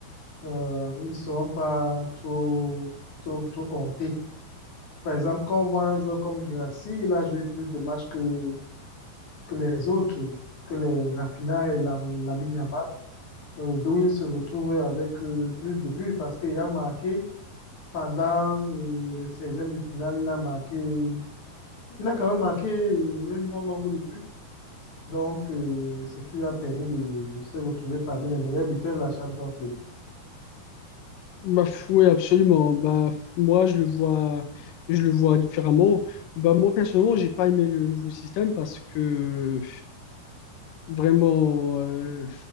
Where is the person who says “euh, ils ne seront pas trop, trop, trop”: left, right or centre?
Left